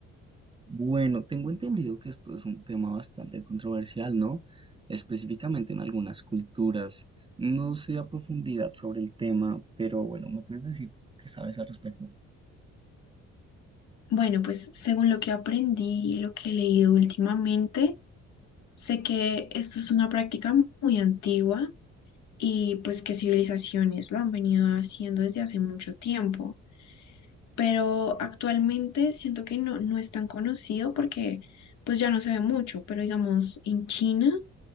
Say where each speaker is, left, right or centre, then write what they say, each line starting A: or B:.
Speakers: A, on the right; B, on the left.
A: Bueno, tengo entendido que esto es un tema bastante controversial, ¿no? Específicamente en algunas culturas. No sé a profundidad sobre el tema, pero bueno, ¿me puedes decir tú qué sabes al respecto?
B: Bueno, pues según lo que aprendí y lo que he leído últimamente, sé que esto es una práctica muy antigua y pues que civilizaciones lo han venido haciendo desde hace mucho tiempo, pero actualmente siento que no, no es tan conocido porque pues ya no se ve mucho, pero digamos en China.